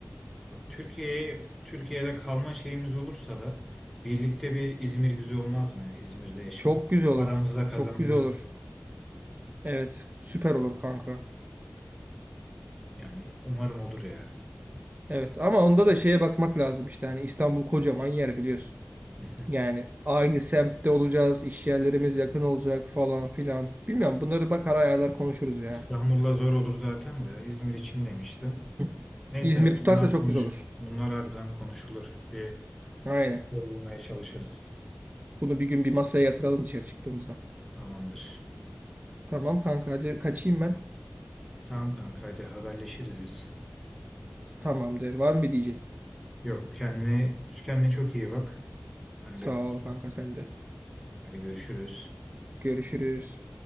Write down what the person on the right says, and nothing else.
Çok güzel olur.
Çok güzel olur. Evet, süper olur kanka.
Evet ama onda da şeye bakmak lazım işte hani İstanbul kocaman yer biliyorsun.
Yani aynı semtte olacağız, iş yerlerimiz yakın olacak falan filan. Bilmiyorum bunları bakar ayarlar konuşuruz ya.
<clears throat>
İzmir
tutarsa
çok
güzel olur.
Aynen.
Bunu bir gün bir masaya yatıralım dışarı çıktığımızda.
Tamam kanka hadi kaçayım ben.
Tamam der. Var mı bir diyeceğin?
Sağ
ol kanka sen de.
Görüşürüz.